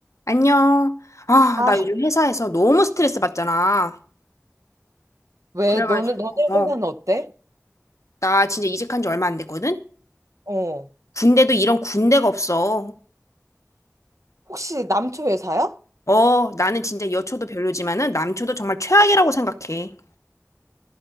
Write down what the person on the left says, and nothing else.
안녕. 아,
나 요즘 회사에서 너무 스트레스 받잖아.
그래가지고,
어,
나 진짜 이직한 지 얼마 안 됐거든?
군대도 이런 군대가 없어.
어, 나는 진짜 여초도 별로지만은 남초도 정말 최악이라고 생각해.